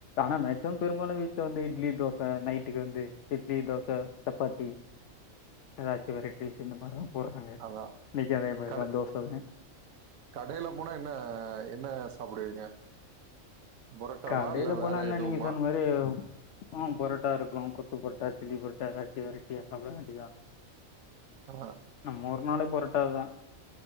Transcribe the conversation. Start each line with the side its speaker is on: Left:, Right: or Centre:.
Left: ஆனா மேக்சிமம் பெரும்பாலு வீட்ல வந்து இட்லி தோசை நைட்டுக்கு வந்து இட்லி தோசை சப்பாத்தி எதாச்சு வெற்றைடீஸ் இந்த மாதிரி தா போட்றாங்க
Right: அதா
Left: இன்னைக்கி அதேமாதிரி
Right: கட
Left: தான் தோசை தா
Right: கடையில போனா என்ன என்ன சாப்டுவீங்க பொரோட்டாவா
Left: கடையில
Right: இல்ல
Left: போனா
Right: வேற
Left: என்ன
Right: எதுவுமா
Left: நீங்க சொன்ன மாதிரி ஆ பொரோட்டா இருக்கு கொத்து பொரட்டா சில்லி பு பொரட்டா ஏதாச்சு வெரட்டியா சாப்பட வேண்டிதா
Right: ஆ
Left: நம்மூ ஒறு நாளே பொரட்டாதா